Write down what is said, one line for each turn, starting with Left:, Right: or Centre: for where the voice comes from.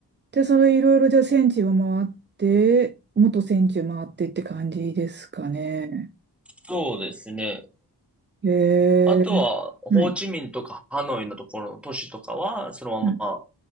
Right: で、それいろいろじゃあ戦地を回って、元戦地を回ってって感じですかね。
Centre: そうですね。
Right: えー、
Centre: あとは、ホーチミンとかハノイのところの都市とかは、
Right: はい。
Centre: そのまま、
Right: うん